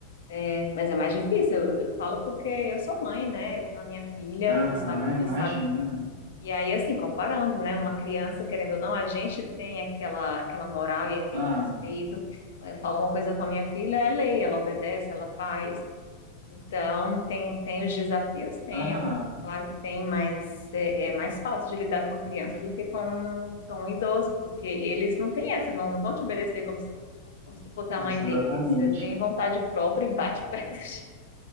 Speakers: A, on the left; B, on the right.
A: é, mas é mais difícil. Eu, eu falo porque eu sou mãe, né? Eu tenho a minha filha,
B: Aham,
A: tu sabe, tu
B: imagina.
A: sabe. E aí, assim, comparando, né? Uma criança, querendo ou não, a gente tem aquela, aquela moral e aquele
B: Ah,
A: respeito. Eu falo uma coisa com a minha filha, é lei, ela obedece, ela faz. Então, tem, tem os desafios? Tem,
B: aham,
A: eu- claro que tem, mas é, é mais fácil de lidar com a criança do que com, com um idoso, porque eles não têm essa, não, não vão te obedecer como se, como se tu fosse a
B: isso
A: mãe deles.
B: exatamente.
A: Eles eh, têm vontade própria e bate <laughs> pé no chão. <laughs>